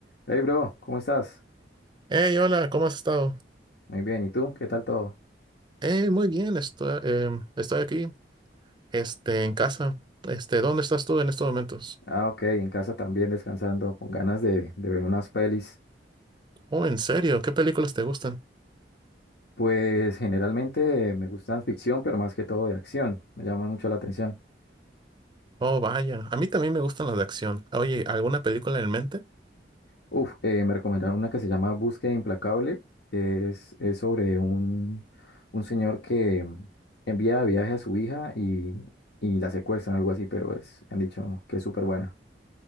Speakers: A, on the left (about 65°); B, on the right (about 25°).
A: Hey bro, ¿cómo estás?
B: Hey, hola, ¿cómo has estado?
A: Muy bien, ¿y tú? ¿Qué tal todo?
B: Hey, muy bien, estoy, em, estoy aquí, este, en casa. Este, ¿dónde estás tú en estos momentos?
A: Ah, ok, en casa también descansando, con ganas de, de ver unas pelis.
B: Oh, ¿en serio? ¿Qué películas te gustan?
A: Pues generalmente me gustan ficción, pero más que todo de acción, me llama mucho la atención.
B: Oh, vaya, a mí también me gustan las de acción. Oye, ¿alguna película en mente?
A: Uf, eh, me recomendaron una que se llama Búsqueda Implacable, que es, es sobre un, un señor que envía de viaje a su hija y, y la secuestran, algo así, pero es, me han dicho que es súper buena.